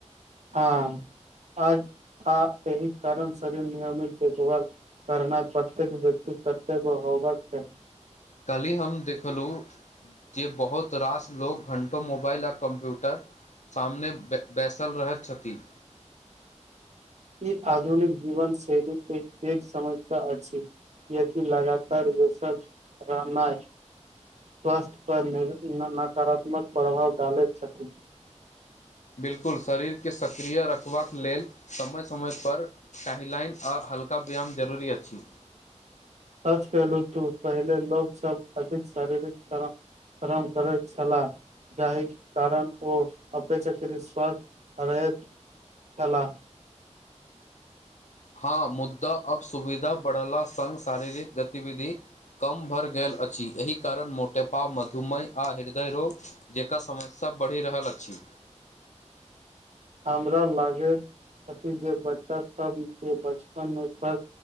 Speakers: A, on the right; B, on the left.
A: ह आ एहि कारण शरीर नियमित देखभाल करनाइ प्रत्येक व्यक्ति कतो होब चाही
B: कालहि हम देखलहुँ जे बहुत रास लोग घण्टो मोबाइल आ कम्प्यूटर सामने बैसल रहैत छथि
A: ई आधुनिक जीवन शैली एक एक समस्या अछि यदि लगातार बैसल रहनाइ स्वास्थ्य पर नकारात्मक प्रभाव डालैत छथिन
B: बिलकुल शरीरके सक्रिय रखबाक लेल समय समयपर टहलनाइ आ हल्का व्यायाम जरूरी अछि
A: सच कहलू तू पहले लोको सबब अधिक शारीरिक तरह श्रम करैत छलाह जाहि कारण ओ अपेक्षाकृत स्वास्थ रहैत छला
B: हँ मुद्दा अब सुविधा बढ़ला संघ शारीरिक गतिविधि कम भरि गेल अछि एहि कारण मोटेपा मधुमेह आ हृदय रोग जेकर समस्या बढ़ि रहल अछि
A: हमरा लागे छथि जे बच्चा सब के बच अपन अपन